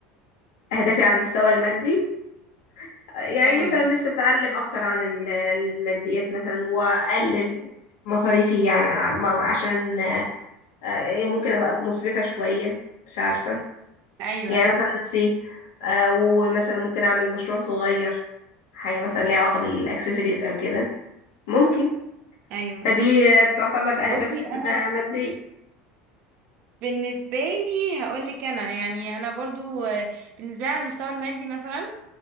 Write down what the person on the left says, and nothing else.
أهدافي على المستوى المادي آه، يعني
مثلا نفسي أتعلم أكتر عن ال- الماديات مثلا وأقلل مصاريفي يعني ع- ما- عشان آه، آه، ممكن أبقى مسرفة شوية مش عارفة
يعني مثلا نفسي آه، ومثلا ممكن أعمل مشروع صغير حاجة مثلا ليها علاقة بالأكسسوارز أو كده ممكن
فدي تعتبر
أهداف
م- مادية